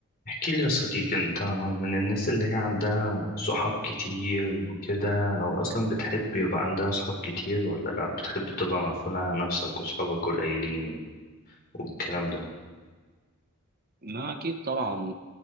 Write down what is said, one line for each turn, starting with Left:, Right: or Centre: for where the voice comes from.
Left: احكي لي يا صديقي انت من الناس اللي هي عندها صحاب كتير وكده او اصلا بتحب يبقى عندها صحاب كتير ولا لا بتحب تبقى مقفولة على نفسك وصحابك قليلين والكلام ده
Right: ما أكيد طبعا